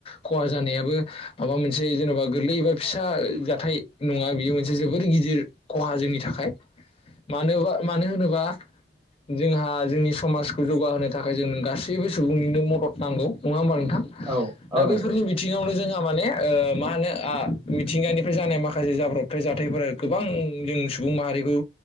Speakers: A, on the left; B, on the right.
A: खहा जानायाबो माबा मोनसे जेनबा गोरलै एबा फिसा जाथाय नङा बेयो मोनसे जोबोर गिदिर खहा जोंनि थाखाय। मानोबा मानो होनोबा जोंहा जोंनि समाजखौ जौगाहोनो थाखाय जों गासैबो सुबुंनिनो मदद नांगौ नङा होमबा नोंथां? थां
B: औ
A: दा
B: औ
A: बैफोरनि
B: नंगौ नोंथां
A: बिथिङावनो जोंहा माने ओ मा होनो आ मिथिंगानिफ्राय जानाय माखासे जाब्रबथाय जाथायफोरा गोबां जों सुबुं माहारिखौ